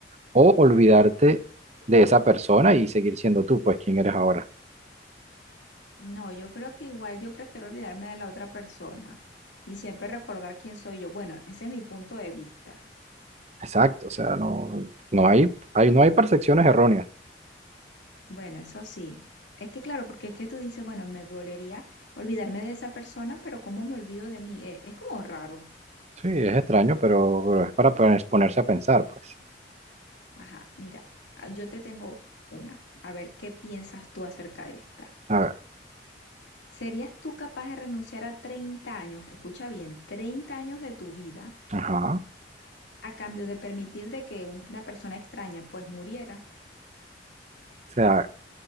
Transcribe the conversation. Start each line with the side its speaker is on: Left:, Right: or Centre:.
Right: O olvidarte de esa persona y seguir siendo tú, pues, quien eres ahora.
Left: No, yo creo que igual yo prefiero olvidarme de la otra persona y siempre recordar quién soy yo. Bueno, ese es mi punto de vista.
Right: Exacto, o sea, no, no hay, hay, no hay percepciones erróneas.
Left: Bueno, eso sí. Es que claro, porque es que tú dices, bueno, me dolería olvidarme de esa persona, pero ¿cómo me olvido de mí? Eh, Es, como raro.
Right: Sí, es extraño, pero, pero es para pon- ponerse a pensar, pues.
Left: Ajá, mira, ah, yo te tengo una. A ver qué piensas tú acerca de esta.
Right: A ver,
Left: ¿Serías tú capaz de renunciar a 30 años, escucha bien, 30 años de tu vida
Right: ajá.
Left: a cambio de permitir de que un- una persona extraña pues muriera?
Right: O sea,